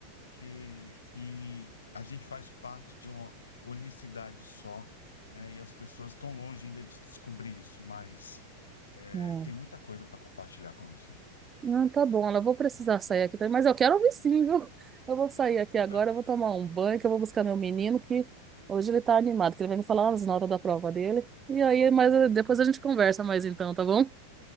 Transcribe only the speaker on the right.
uhum.
Não, tá bom, ela vou precisar sair aqui, também, mas eu quero ouvir sim, viu? <laughs> Eu vou sair aqui
agora, eu vou tomar um banho, que eu vou buscar meu menino, que hoje ele tá animado, que ele vai me falar as notas da prova dele. E aí, mas eh, depois a gente conversa mais então, tá bom?